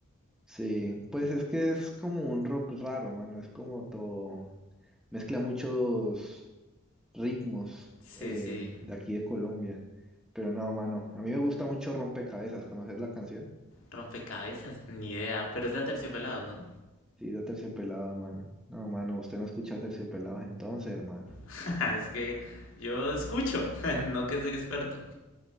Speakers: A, in the centre; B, on the left.
A: Sí, pues es que es como un rock raro, mano, es como todo, mezcla muchos ritmos
B: Sí,
A: eh,
B: sí,
A: de aquí de Colombia. Pero no, mano, a mí me gusta mucho Rompecabezas, ¿conoces la canción?
B: rompecabezas, ni idea, pero es de Aterciopelados, ¿no?
A: Sí, de Terciopelado, mano. No, mano, usted no escucha Terciopelados entonces, hermano.
B: <laughs> Es que yo escucho, <laughs> no que soy experto.